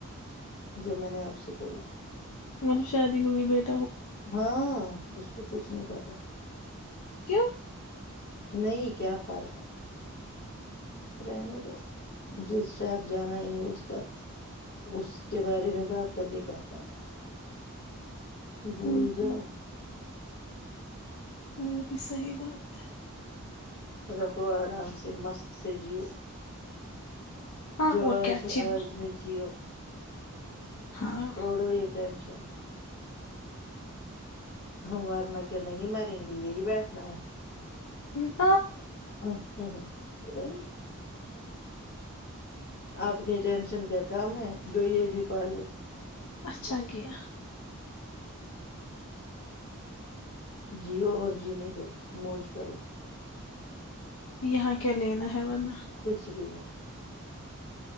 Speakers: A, on the left; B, on the left.
A: جو میں نے آپ سے بولا
B: مطلب شادی ہوئی بیٹے
A: ہاں اس کو کچھ نہیں پتا
B: کیوں
A: نہیں کیا فائدہ رہنے تو جس شہر جانا انہیں اس کا اس کے بارے میں بات کر کے کیا فائدہ بھول
B: ہوں
A: جاؤ
B: ہوں وہ بھی صحی بات ہے
A: رہو آرام سے مست سے جیو
B: ہاں
A: جو
B: اور
A: آج
B: کیا اچھی بھی،
A: آج میں جیو
B: ہاں
A: سوڑو ایک ٹینشن ہم ورنا کیا نہیں مریں گے یہی بیٹھنا ہے
B: ہوں
A: ا ہ ہ ا آپنی ٹینشن کیا کام ہے جوئیے بھی پہالے
B: اچھا گ
A: جیو اور جینے دو موج کرو
B: یہاں کیا لینا ہے ورنہ
A: کچھ بھی نہیں